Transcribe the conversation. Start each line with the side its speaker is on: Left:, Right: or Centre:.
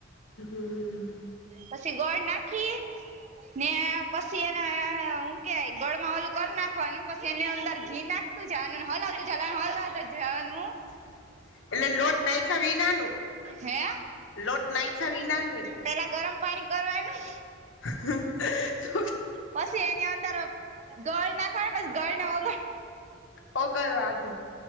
Left: હમ
Right: પછી ગોળ નાખીએ. ને પછી એને હું કેય ગોળમાં ઓલું કરી નાખવાનું પછી એને અંદર ઘી નાખ. તું જાનુને હલા તું જ જુ.
Left: <inaudible> એટલે લોટ નાખાવ વિી નાનું
Right: હે
Left: લોટ નાખા વિી નાનું એટલે
Right: પેલા ગરમ પાણી કરવાનું
Left: હા.
Right: પછી એની અંદર ગળ નાખવા પછી ગળ નાને હોગર
Left: પગરવાઠો.